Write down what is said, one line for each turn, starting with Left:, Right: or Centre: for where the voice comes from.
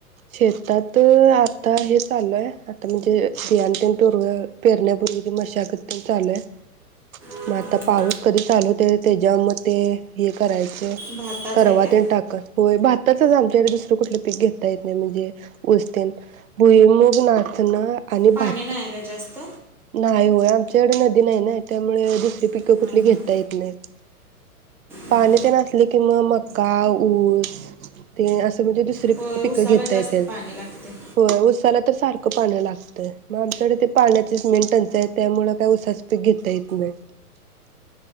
Right: शेतात अ आता हे चालू आहे आता म्हणजे बियाणं प पर पेरण्या पूर्वीची मशागत पण चालूय
Centre: हां
Right: मग आता
Centre: हां
Right: पाऊस कधी चालू होतोय त्याच्या म ते हे करायचं. <inaudible>
Centre: भाताचं
Right: टाकत
Centre: आहे काय
Right: होय भाताचं ते एक दुसरं कुठलं पिक घेता येत म्हणजे उस्तेन् भुईमुग, नाचणं आणि
Centre: पाणी
Right: भात
Centre: नाही आहे का जास्त
Right: नाय होय आमच्याकडं नदी नाही ना त्यामुळे दुसरी पिकं
Centre: हां
Right: कुठली घेता
Centre: हां
Right: येत नाहीत, पाणी
Centre: हां
Right: ते नसले कि म मका ऊस ते असं म्हणजे दुसरी
Centre: होय उसाला
Right: घेता
Centre: जास्त
Right: येतंय
Centre: पाणी लागते
Right: होय ऊसाला तर सारखं पाणी लागतं मग आमच्याकडे ते पाण्याचीच मेन टंचाई आहे त्यामुळं काय उसाचं पीक घेता येत नाही